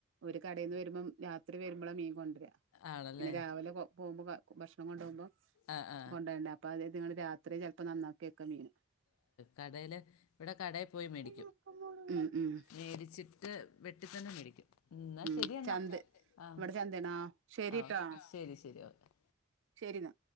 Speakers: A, on the right; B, on the left.
A: ഓര് കടേന്ന് വരുമ്പം രാത്രി വരുമ്പളാ മീൻ കൊണ്ടാര്യ
B: ആണല്ലേ
A: പിന്നെ രാവിലെ കൊ പോവുമ്പം ഭക്ഷണം കൊണ്ടോവുമ്പം
B: ആ ആ
A: കൊണ്ടോകണ്ടേ അപ്പ് അപ്പ അതേറ്റിങ്ങള് രാത്രി ചെലപ്പോ നന്നാക്കി വെക്കും മീന്
B: കടേല് ഇവിടെ കടേ പോയി മേടി
A: നോക്കുമ്പോള് ഉം ഉം
B: മേടിച്ചിട്ട് വെട്ടിത്തന്നെ മേടിക്കും എന്നാ
A: ഉം
B: ശരിയെന്നാ
A: ചന്ത്
B: ആഹ്
A: ഇവിടെ ചന്തയാണോ ശരിട്ടോ
B: ആഹ് ശരി ശരി ഓക്കെ
A: ശരിന്നാ